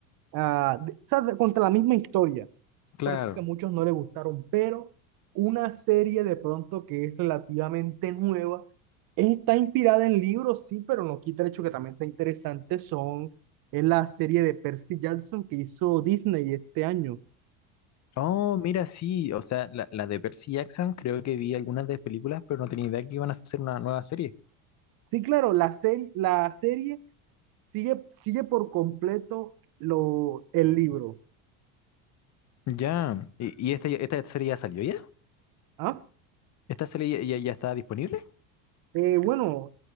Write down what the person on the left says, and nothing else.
Claro.
Oh, mira, sí, o sea, la, la de Percy Jackson, creo que vi algunas de películas, pero no tenía idea que iban a hacer una nueva serie.
Ya, ¿y, y esta, esta serie ya salió ya?
¿Esta serie ya, ya- ya está disponible?